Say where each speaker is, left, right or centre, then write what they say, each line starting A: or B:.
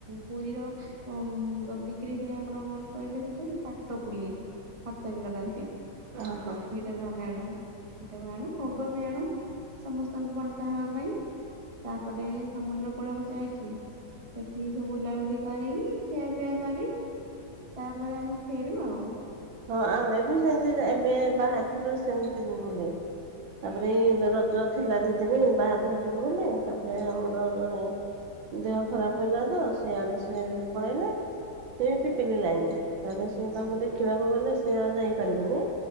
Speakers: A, on the right; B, on the right.
A: ପୁରୀର ଉ ବିକ୍ରି ହୁଏ ଆମର କଣ କହିଲେ ସେଇଟା ପାଟ ପୁଲି ହାତରେ ଲଗାନ୍ତି
B: ଓହୋ
A: ଏଇଟାକୁ ଆମେ ଆଣୁ ଏଇଟାକୁ ଆଣୁ ପୋଗ ବି ଆଣୁ ସମସ୍ତଙ୍କୁ ବଣ୍ଟା ହେବା ପାଇଁ ତାପରେ ସମୁଦ୍ର କୂଳକୁ ଯାଇକି ସେଠିକି ସବୁ ବୁଲାବୁଲି କରିକି ଖିଆପିଆ କରି ତାପରେ ଆମେ ଫେରୁ ଆଉ
B: ହଁ ଆମେ ବି ସେମିତି ଏବେ ବାହାରିଥିଲୁ ସେମିତି ଯିବୁ ବୋଲି ତାପରେ ଏଇ ରଜ ଥିଲା ଦି ଦିନ ବାହାଘର ଯିବୁ ବୋଲି ତାପରେ ଆମର ଜଣେ ଦେହ ଖରାପ ହେଲା ତ ସେଇଆଡେ ସ ପଳେଇଲେ ସେ ପିଲିଲାଇନି ତାହେଲେ ସେ
A: ଆଚ୍ଛା।
B: ତାଙ୍କୁ ଦେଖିବାକୁ ଗଲେ ସେ ଆଉ ଯାଇପାରିଲୁନି